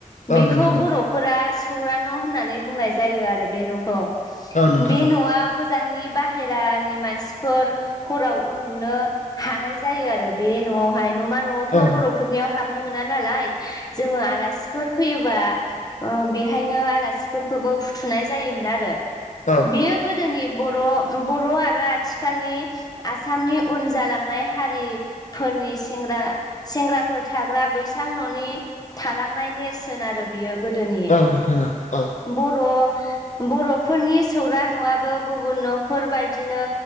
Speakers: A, on the left; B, on the left.
A: औ नोंथां औ
B: बेखौ
A: नोंथां
B: बर' फोर सौरा न' होननानै बुंनाय जायो आरो बे न'खौ
A: औ नोंथां
B: बे
A: औ
B: न'आव गोजाननि बाहेरानि मानसिफोर हराव उन्दुनो हानाय जायो आरो बे न'आवहाय न' मा न'आवथ'
A: औ नोंथां औ नोंथां औ नोंथां औ नोंथां औ नोंथां औ नोंथां औ
B: बर'फोरनियाव हाबनो मोना नालाय जों आलासि फोर फैयोबा बेहायनो आलासिफोरखौबो फुथुनाय जायोमोन आरो
A: औ
B: बियो गोदोनि बर' बर' आरो आथिखालनि आसामनि उन जालांनाय हारि फोरनि सेंग्रा सेंग्राफोर थाग्रा बैसां न'नि थालांनाय नेरसोन आरो बियो गोदोनि
A: औ नोंथां औ
B: बर' बर'फोरनि सौरा न'आबो गुबुन न'फोर बदिनो